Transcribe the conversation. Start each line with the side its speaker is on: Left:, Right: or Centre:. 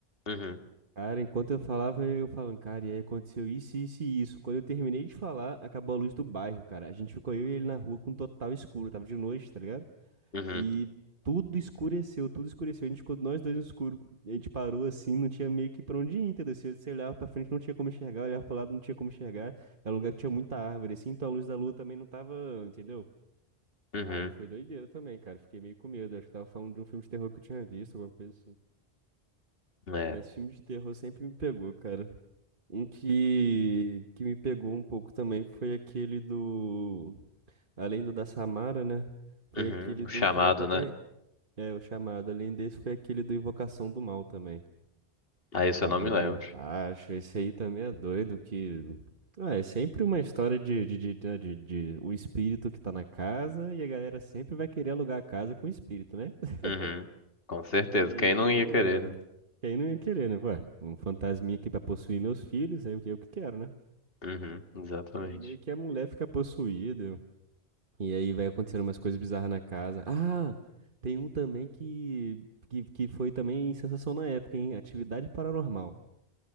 Left: uhum,
Right: Cara, enquanto eu falava, eu falando, cara, e aí aconteceu isso, isso e isso. Quando eu terminei de falar, acabou a luz do bairro, cara. A gente ficou eu e ele na rua com total escuro, tava de noite, tá ligado?
Left: uhum.
Right: E tudo escureceu, tudo escureceu. A gente ficou nós dois no escuro. A gente parou assim, não tinha meio que pra onde ir, entendeu? Você, você olhava pra frente, não tinha como enxergar, olhava pro lado, não tinha como enxergar. Era um lugar que tinha muita árvore, assim, então a luz da lua também não tava, entendeu?
Left: Uhum.
Right: Aí foi doideira também, cara. Fiquei meio com medo. Acho que tava falando de um filme de terror que eu tinha visto, alguma coisa assim.
Left: É.
Right: Mas filme de terror sempre me pegou, cara. Um que, que me pegou um pouco também foi aquele do. Além do da Samara, né? Foi
Left: Uhum.
Right: aquele
Left: O
Right: do.
Left: chamado,
Right: Cara, qualquer.
Left: né?
Right: É, o chamado. Além desse, foi aquele do Invocação do Mal também.
Left: Ah, isso
Right: Da
Left: eu não
Right: mulher
Left: me lembro.
Right: embaixo. Esse aí também é doido, que. Ah, é sempre uma história de, de, de, de, de- de- o espírito que tá na casa e a galera sempre vai querer alugar a casa com o espírito, né? <laughs>
Left: Uhum. Com certeza.
Right: E aí,
Left: Quem não ia
Right: é.
Left: querer, né?
Right: Quem não ia querer, né? Ué, um fantasminha aqui pra possuir meus filhos, aí o que eu que quero, né?
Left: Uhum. Exatamente.
Right: E aí meio que a mulher fica possuída. E aí vai acontecendo umas coisas bizarras na casa. Ah, tem um também que, que, que foi também sensação na época, hein? Atividade Paranormal.